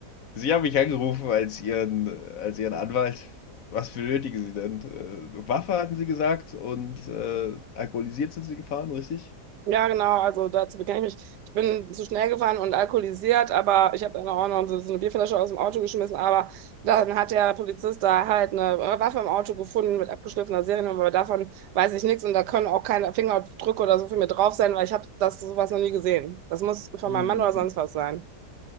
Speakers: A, on the left (about 60°); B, on the right (about 80°).
A: Sie haben mich angerufen als Ihren, als Ihren Anwalt. Was benötigen Sie denn? Äh, Waffe hatten Sie gesagt und äh, alkoholisiert sind Sie gefahren, richtig?
B: Ja, genau, also dazu bekenne ich mich. Ich bin zu schnell gefahren und alkoholisiert, aber ich habe dann auch noch so so eine Bierflasche aus dem Auto geschmissen. Aber dann hat der Polizist da halt eine äh, Waffe im Auto gefunden mit abgeschliffener Seriennummer, aber davon weiß ich nichts und da können auch keine Fingerabdrücke oder so für mir drauf sein, weil ich habe das sowas noch nie gesehen. Das muss von
A: Hm.
B: meinem Mann oder sonst was sein.